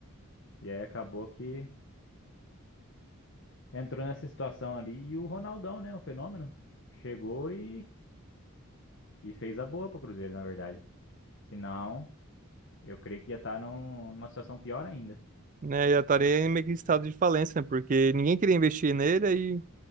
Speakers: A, on the left; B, on the right.
A: E aí acabou que entrou nessa situação ali. E o Ronaldão, né? O fenômeno. Chegou e, e fez a boa pro Cruzeiro, na verdade. Senão, eu creio que ia estar numa situação pior ainda.
B: Né, já estaria em meio que em estado de falência, né? Porque ninguém queria investir nele, aí o